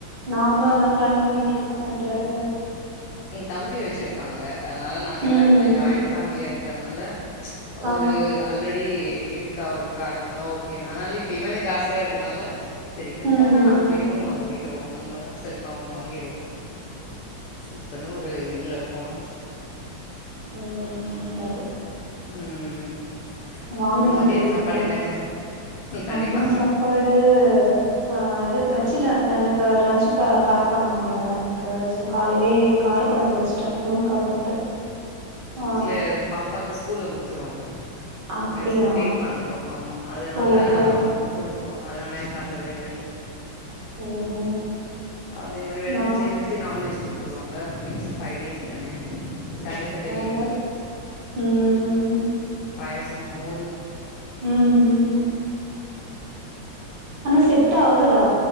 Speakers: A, on the right; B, on the left.
A: நாங்களு அதா பிளான் பண்ணிட்ருக்கோ எப்டியாது
B: எய தம்பி வச்சிருக்காங்க அதனால நாங்க
A: ம்
B: எல்லா போய் ஜாயின் ஃபேமிலியா இருக்கனால
A: ஆ
B: ஒரு அல்ரெடி இருக்கா ஒரு காரனாலு ஓக் கு நானால இப்ப இவனுக்கு ஆசயா இருக்கனால சரி இவனுக்காக
A: ம்
B: நாம்ம இன்னொன்னு வாங்கிடுவோ நம்மளா செல்ஃபா ஒன்னு வாங்கிடுவோ இப்பனு ஒரு இதுல இருக் போனோ
A: ஓ ஓ நல்லது
B: ம்
A: வாங்குங்க
B: அப்புறம் மதியானம்
A: கூடிய
B: சாப்பாடு
A: சீக்ரோ
B: என்னங்க
A: மதியோ
B: கண்டிப்பா
A: சாப்பாடு அ அ இது வச்சுட்டே எனக்கு லன்ச் ப பேக் பண்ணோ இல்லயா பையனுக்கு சோ காலையிலயே கார கொழம்பு வெச்சு ட்டே முருங்கக்கா போட்டு அ
B: ட்ல பாப்பாக்கு ஸ்கூல்ல குடுத்துருவாங்க
A: அப்டியா
B: மெஸ்க்கு பே பண்றோ ஆமா அதுனால
A: ஓஹோ
B: அங்க குடு த்துருவாங்க அதனால எனக்கு அந்த வேல இல்ல
A: ஓஹோ
B: அதே மாரி வெனஸ்டே
A: நா
B: வெனஸ்டே நான்வெஜ் குடுத்துருவாங்க வெஜ்ஜு ஃவை டேஸ் தான சாட்டே சண்டே லீ
A: இல்ல ம் ம் ம்
B: பாயசம் மோறு
A: ம் ம் ம் ஆனா செட் ஆகுதா